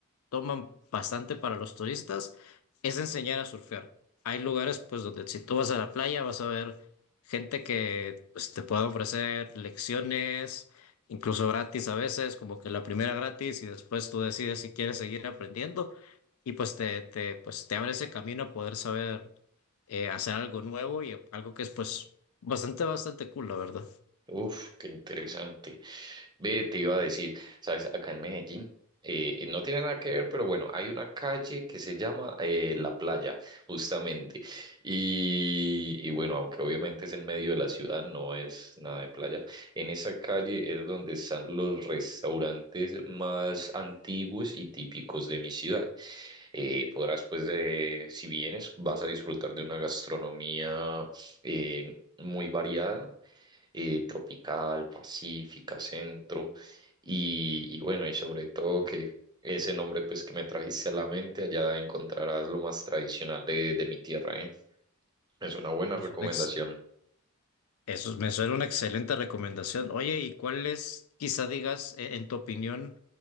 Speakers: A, on the left; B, on the right.
A: toman bastante para los turistas es enseñar a surfear. Hay lugares pues donde si tú vas a la playa vas a ver gente que pues, te puede ofrecer lecciones, incluso gratis a veces, como que la primera gratis y después tú decides si quieres seguir aprendiendo y pues te, te, pues, te abre ese camino a poder saber eh, hacer algo nuevo y algo que es pues bastante, bastante cool, la verdad.
B: Uf, qué interesante. Ve, te iba a decir, sabes, acá en Medellín, eh, no tiene nada que ver, pero bueno, hay una calle que se llama eh, La Playa, justamente. Y, y bueno, aunque obviamente es en medio de la ciudad, no es nada de playa. En esa calle es donde están los restaurantes más antiguos y típicos de mi ciudad. Eh, podrás, pues, eh, si vienes, vas a disfrutar de una gastronomía eh, muy variada eh, tropical, pacífica, centro, y, y bueno, y sobre todo que ese nombre pues que me trajiste a la mente, allá encontrarás lo más tradicional de, de mi tierra, ¿eh? Es una buena
A: Y
B: recomendación.
A: eso, Next. Eso me suena una excelente recomendación. Oye, ¿y cuáles, quizá digas, e- en tu opinión,